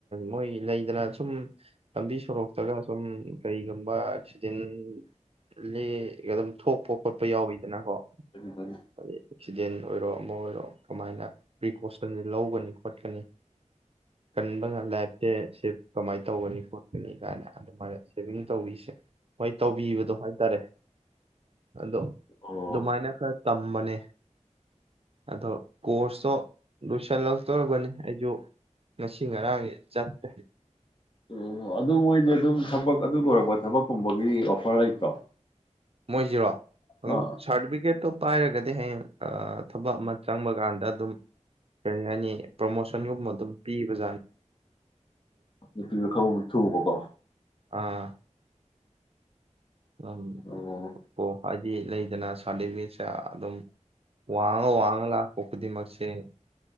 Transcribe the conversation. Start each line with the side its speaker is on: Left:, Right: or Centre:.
Right: ꯃꯣꯏ ꯂꯩꯗꯅ ꯁꯨꯝ ꯂꯝꯕꯤ ꯁꯣꯔꯣꯛꯇꯒ ꯁꯨꯝ ꯀꯔꯤꯒꯨꯝꯕ ꯑꯦꯛꯁꯤꯗꯦꯟ <unintelligible> ꯊꯣꯛꯄ ꯈꯣꯠꯄ ꯌꯥꯎꯋꯤꯗꯅꯀꯣ
Left: ꯑꯥ
Right: ꯑꯗꯩꯩ ꯁꯤꯗꯦꯟ ꯑꯣꯏꯔꯣ ꯑꯃ ꯑꯣꯏꯔꯣ ꯀꯃꯥꯏꯅ ꯄ꯭ꯔꯤꯀꯣꯁꯟ ꯂꯧꯒꯅꯤ ꯐꯠꯀꯅꯤ ꯀꯟꯕꯅ ꯂꯥꯏꯐꯇꯦ ꯁꯦꯚ ꯀꯃꯥꯏ ꯇꯧꯒꯅꯤ ꯈꯣꯠꯀꯅꯤ ꯀꯥꯏꯅ ꯑꯗꯨꯃꯥꯏꯅ ꯁꯦꯚꯤꯡ ꯇꯧꯕꯤꯁꯦ ꯍꯣꯏ ꯇꯧꯕꯤꯕꯗꯣ ꯍꯥꯏ ꯇꯔꯦ ꯑꯗꯣ
Left: ꯑꯣ
Right: ꯑꯗꯨꯃꯥꯏꯅ ꯈꯔ ꯇꯝꯕꯅꯦ ꯑꯗꯣ ꯀꯣꯔꯁꯇꯣ ꯂꯣꯏꯁꯜꯂꯛꯇꯣꯔꯕꯅꯤ ꯑꯩꯖꯨ ꯉꯁꯤ ꯉꯔꯥꯡꯖꯦ ꯆꯠꯇꯦ
Left: ꯑꯣ ꯑꯗꯨ ꯃꯣꯏꯗꯤ ꯑꯗꯨꯝ ꯊꯕꯛ ꯑꯗꯨ ꯂꯣꯏꯔꯛꯄ ꯊꯕꯛꯀꯨꯝꯕꯒꯤ ꯑꯣꯐꯔ ꯂꯩꯇ꯭ꯔꯣ
Right: ꯃꯣꯏꯖꯤꯔꯣ ꯑꯗꯨꯝ
Left: ꯑꯥ
Right: ꯁꯥꯔꯗꯤꯕꯤꯒꯦꯠꯇꯣ ꯄꯥꯏꯔꯒꯗ ꯗꯤ ꯍꯌꯦꯡ ꯑꯥ ꯊꯕꯛ ꯑꯃ ꯆꯪꯕ ꯒꯥꯟꯗ ꯑꯗꯨꯝ ꯀꯔꯤ ꯍꯥꯏꯅꯤ ꯄ꯭ꯔꯣꯃꯣꯁꯟꯒꯨꯝ ꯑꯗꯨꯝ ꯄꯤ <unintelligible>
Left: <unintelligible> ꯊꯨꯕꯀꯣ
Right: ꯑꯥ ꯑꯝ
Left: ꯑꯣ
Right: ꯑꯣ <unintelligible> ꯂꯩꯗꯅ ꯁꯥꯔꯇꯤꯐꯤꯀꯦꯠꯁꯦ ꯑꯗꯨꯝ ꯋꯥꯉ ꯋꯥꯉ ꯂꯥ ꯄ ꯈꯨꯗꯤ ꯃꯁꯤꯦ